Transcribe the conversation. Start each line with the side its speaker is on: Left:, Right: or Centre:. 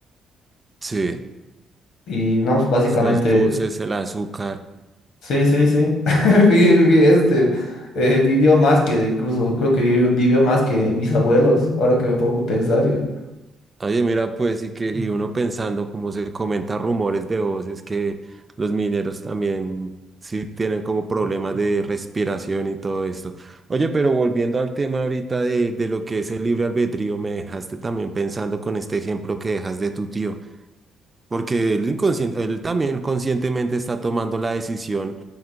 Right: sí,
Left: Y no, pues, básicamente,
Right: los dulces, el azúcar.
Left: sí, sí, sí. <laughs> Vi- vi- vi- Este, eh, vivió más que, incluso creo que vivió, vivió más que mis abuelos, ahora que me pongo a pensar ya.
Right: Oye, mira, pues, y que, y uno pensando, como se comenta rumores de voces, que los mineros también sí tienen como problemas de respiración y todo esto. Oye, pero volviendo al tema ahorita de, de lo que es el libre albedrío, me dejaste también pensando con este ejemplo que dejas de tu tío, porque él inconscien- él también conscientemente está tomando la decisión